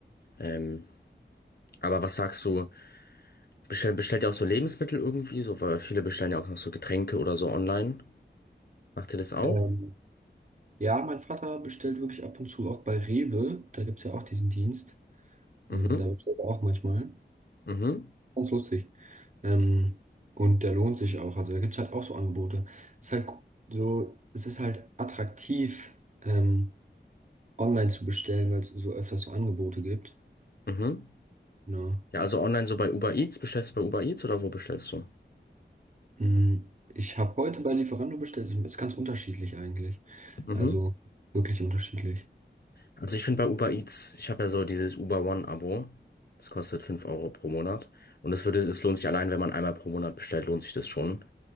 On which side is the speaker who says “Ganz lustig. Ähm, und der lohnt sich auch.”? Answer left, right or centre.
Right